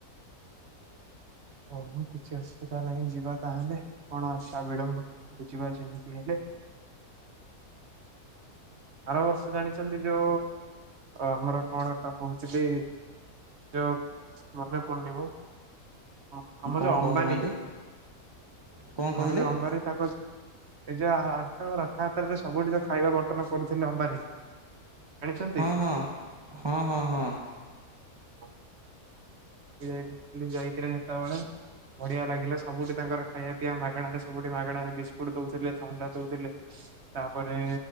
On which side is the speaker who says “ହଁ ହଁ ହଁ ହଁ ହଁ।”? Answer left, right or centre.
Right